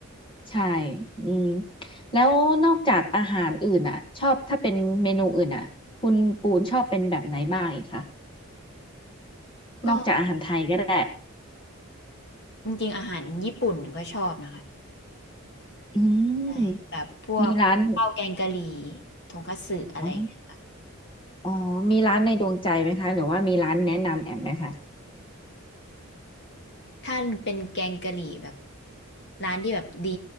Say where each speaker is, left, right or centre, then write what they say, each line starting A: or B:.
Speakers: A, on the left; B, on the left.
A: ใช่ อืมแล้วนอกจากอาหารอื่นอ่ะชอบถ้าเป็นเมนูอื่นอ่ะคุณปูนชอบเป็นแบบไหนบ้างอีกคะ
B: ก็
A: นอกจากอาหารไทยก็ได้
B: จริงๆอาหารญี่ปุ่นก็ชอบนะคะ
A: อื
B: ใช่แบบพวกข้าวแกงกะหรี่
A: มมีร้าน
B: ทงคัตสึอะไรเงี้ย
A: อ๋ออ๋อมีร้านในดวงใจไหมคะ หรือว่ามีร้านแนะนำแอมไหมคะ
B: ถ้าเป็นแกงกะหรี่แบบร้านที่แบบดี